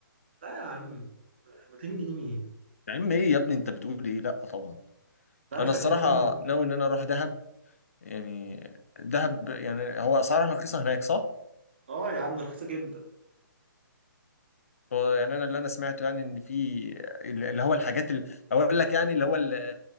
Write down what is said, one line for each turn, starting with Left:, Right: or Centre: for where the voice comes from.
Right: لا يا عم 200 جنيه مين
Left: يا عم ايه يا ابني انت بتقول ايه لا طبعا
Right: انت عارف
Left: انا الصراحه
Right: يعني ايه 200 جنيه دي؟
Left: ناوي ان انا اروح دهب يعني دهب يعني هو اسعارها رخيصه هناك صح
Right: اه يا عم ده رخيصة جدا
Left: هو يعني انا اللي انا سمعته يعني ان في اللي هو الحاجات اللي اقول لك يعني اللي هو ال-